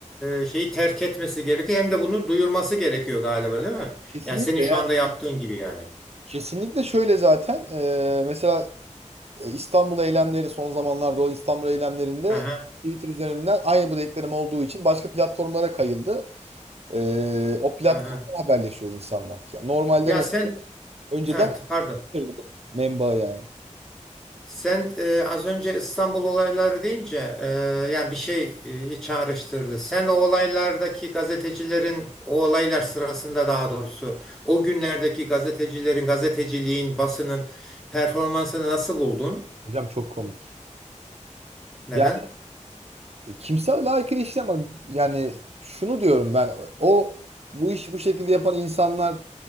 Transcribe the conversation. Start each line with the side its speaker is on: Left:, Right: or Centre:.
Centre: e, şeyi terk etmesi gerekiyor hem de bunu duyurması gerekiyor galiba değil mi?
Right: kesinlikle
Centre: Yani senin şu
Right: yani.
Centre: anda yaptığın gibi yani.
Right: Kesinlikle şöyle zaten. E, mesela E, İstanbul eylemleri son zamanlarda olan İstanbul eylemlerinde
Centre: Aha,
Right: Twitter üzerinden aynı bu dediklerim olduğu için başka platformlara kayıldı. E, o platformdan
Centre: aha.
Right: haberleşiyor insanlar. Yani normalde
Centre: Ya
Right: me-
Centre: sen,
Right: önceden
Centre: evet, pardon.
Right: Twitter'dı bu menba yani.
Centre: Sen e, az önce İstanbul olayları deyince e, yani bir şey e, çağrıştırdı. Sen o olaylardaki gazetecilerin o olaylar sırasında daha doğrusu o günlerdeki gazetecilerin gazeteciliğin basının performansını nasıl buldun?
Right: Hocam çok komik.
Centre: Neden?
Right: Yani e, kimse layıkıyla işlem yani şunu diyorum ben o bu iş bu şekilde yapan insanlar